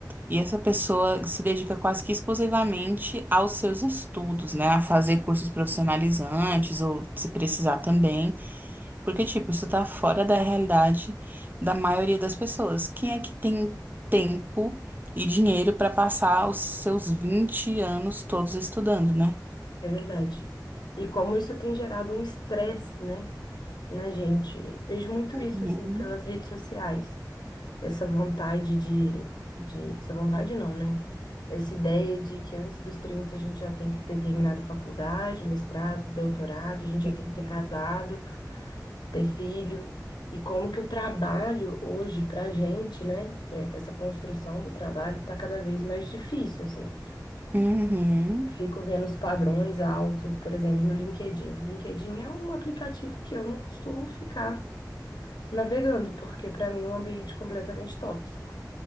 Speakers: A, on the right; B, on the left.
A: e essa pessoa se dedica quase que exclusivamente aos seus estudos, né? A fazer cursos profissionalizantes ou se precisar também, porque, tipo, isso tá fora da realidade da maioria das pessoas. Quem é que tem tempo e dinheiro para passar os seus vinte anos todos estudando, né?
B: é verdade. E como isso tem gerado um estresse, né, na gente. Vejo muito isso,
A: Uhum.
B: assim, pelas redes sociais. Essa vontade de, de... Essa vontade não, né? Essa ideia de que antes dos 30 a gente já tem que ter terminado faculdade, mestrado, doutorado, a gente já
A: Sim.
B: tem que ter casado, ter filho. E como que o trabalho hoje pra gente, né, é, essa construção do trabalho tá cada vez mais difícil, assim.
A: Uhum,
B: Fico vendo os padrões altos, por exemplo, no LinkedIn. LinkedIn é um aplicativo que eu não costumo ficar navegando, porque para mim é um ambiente completamente tóxico.